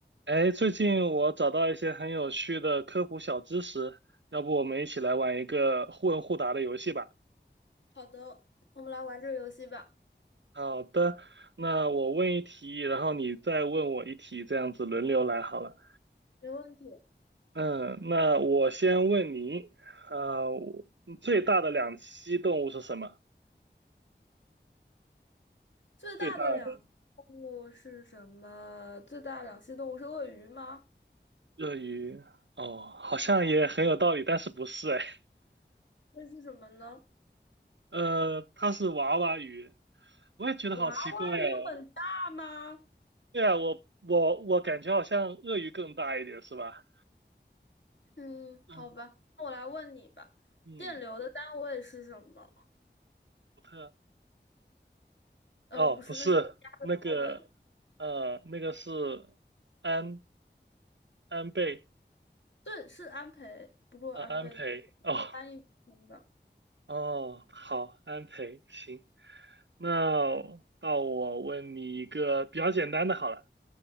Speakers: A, on the right; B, on the left.
A: 哎，最近我找到一些很有趣的科普小知识，要不我们一起来玩一个互问互答的游戏吧？
B: 好的，我们来玩这个游戏吧。
A: 好的，那我问一题，然后你再问我一题，这样子轮流来好了。
B: 没问题。
A: 嗯，那我先问你，呃，我最大的两栖动物是什么？
B: 最大的两栖动物是什么？
A: 最大的
B: 最大的两栖动物是鳄鱼吗？
A: 鳄鱼，哦，好像也很有道理，但是不是哎，
B: 那是什么呢？
A: 呃，它是娃娃鱼，我也觉得好奇怪哦，
B: 娃娃鱼很大吗？
A: 对啊，我我我感觉好像鳄鱼更大一点，是吧？
B: 嗯，
A: 嗯，
B: 好吧，那我来问你吧。
A: 嗯，
B: 电流的单位是什么？
A: 福特，
B: 呃，
A: 哦，
B: 不是，
A: 不是那个，
B: 那是压的单位。
A: 呃，那个是安安倍，
B: 对，是安培，不过安培
A: 呃，安培，哦
B: 翻译成同吧。
A: 哦，好，安培，行，那到我问你一个比较简单的好了，